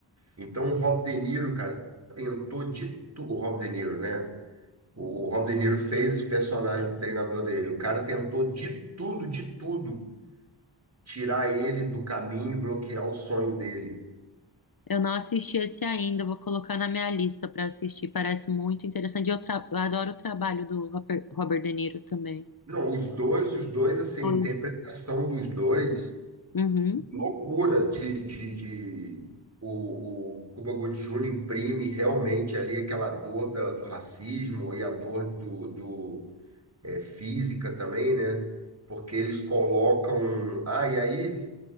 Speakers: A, on the right; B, on the left.
A: Então, o Rob De Niro, cara, tentou de tudo. O Rob De Niro, né? O, o Rob De Niro fez esse personagem do treinador dele. O cara tentou de tudo, de tudo tirar ele do caminho, bloquear o sonho dele.
B: Eu não assisti esse ainda, vou colocar na minha lista para assistir. Parece muito interessante. Eu, tra- eu adoro o trabalho do Robert, Robert De Niro também.
A: Não, os dois, os dois, assim,
B: Oi.
A: a interpretação dos dois,
B: Uhum.
A: loucura de, de, de- o, o Cuba Gooding Jr. imprime realmente ali aquela dor da- do racismo e a dor do, do é, física também, né? Porque eles colocam, ah, e aí,